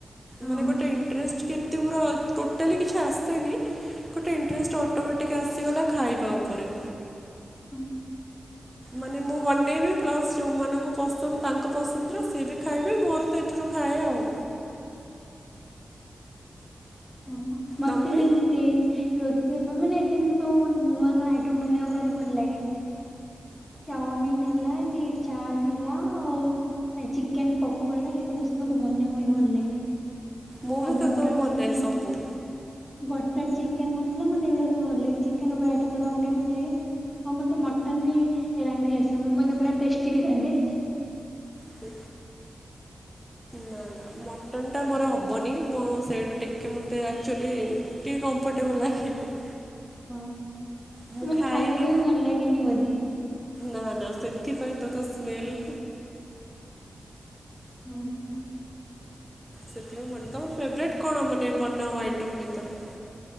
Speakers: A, on the left; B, in the centre.
A: ହଁ
B: ମାନେ ଗୋଟେ ଇଣ୍ଟରେଷ୍ଟ କେମିତି ପୁରା ଟୋଟାଲି କିଛି ଆସେନି। ଗୋଟେ ଇଣ୍ଟରେଷ୍ଟ ଅଟୋମେଟିକ ଟିକ ଆସିଗଲା ଖାଇବା ଉପରେ।
A: ହୁଁ।
B: ମାନେ ମୁଁ ବନେଇବି ପ୍ଲସ ଯୋଉମାନଙ୍କୁ ପସନ୍ଦ ତାଙ୍କ ପସନ୍ଦର ସିଏ ବି ଖାଇବେ ମୋର ତ ଏଥିରୁ ଖାଏ ଆଉ।
A: ଉଁ ହୁଁ ମତେ
B: ତମେ
A: ବି ଏମ୍ ଏମତି ରୋସେଇ ମାନେ ଏମତି ସବୁ ନୂଆ ନୂଆ ଆଇଟମ ବନେଇବାକୁ ଘରେ ଭଲ ଲାଗେ। ଚାଓମିିନ୍ ହେଲା କି ଚାଟ ହେଲା ଆଉ ଏ ଚିକେନ ପକୋଡା ଏଗୁଡା ସବୁ ମତେ ବନେଇବାକୁ ଭାରି ଭଲ ଲାଗେ।
B: ମୁଁ
A: ଆଉ
B: ବି
A: ବଟର
B: ସେ ସବୁ ବାନାଏ
A: ଚିକେନ
B: ସବୁ।
A: ବଟର ଚିକେନ ମସଲା ମତେ ଏଗୁଡା ସବୁ ଭଲ ଲାଗେ ଚିକେନ ଉପରେ ଆଇଟମ୍ ଗୁଡା ବନେଇବାକୁ ଭଲ ଲାଗେ। ଆଉ ମତେ ମଟନ୍ ବି ରାନ୍ଧି ଆସ ମାନେ ପୁରା ଟେଷ୍ଟି ବି ରାନ୍ଧେ।
B: ହୁ। ନା ନା ମଟନ୍ ଟା ମୋର ହବନି ମୋ ସେଇଟା ଟିକେ ମୋତେ ଆକ୍ଚୁଲି ଟିକେ କମ୍ଫର୍ଟେବଲ ଲାଗେନି।
A: ହୁଁ ହୁଁ
B: ମୁଁ
A: ମାନେ
B: ଖାଇନି
A: ଖାଇବାକୁ ବି ଭଲ ଲାଗେନି ବୋଧେ।
B: ନା ନା ସେଥିପାଇଁ ତ ତା ସ୍ମେଲ
A: ହୁଁ ହୁଁ।
B: ସେଥିପାଇଁ ମାନେ ତମର ଫେବ୍ରାଇଟ୍ କଣ ମାନେ ବନାଓ ଆଇଟମ୍ ଭିତରେ।